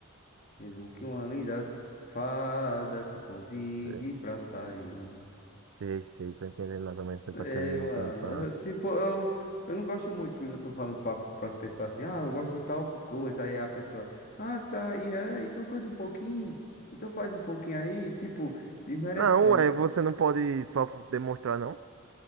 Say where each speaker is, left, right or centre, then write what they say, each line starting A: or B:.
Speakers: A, on the left; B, on the right.
A: Mesmo que uma linda fada te convide
B: É,
A: pra sair.
B: Sei, sei, tô entendendo mais ou menos o que você
A: Sei,
B: tá querendo
A: mano.
B: cantar.
A: eu- Tipo, eu, eu não gosto muito quando eu tô falando pra, pras pessoas assim, ah, eu gosto de tal coisa. Aí a pessoa, ah, tá, e é, então canta um pouquinho. Então faz um pouquinho aí, tipo, desmerecendo.
B: Não, ué, você não pode só f- demonstrar, não?